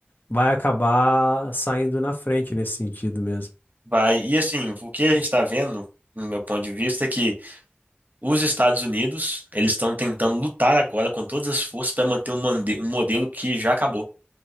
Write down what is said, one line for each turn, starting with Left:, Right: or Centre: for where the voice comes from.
Left: vai acabar saindo na frente nesse sentido mesmo.
Right: Vai. E assim, o que a gente está vendo, no meu ponto de vista, é que Os Estados Unidos, eles estão tentando lutar agora com todas as forças para manter um, mande- um modelo que já acabou.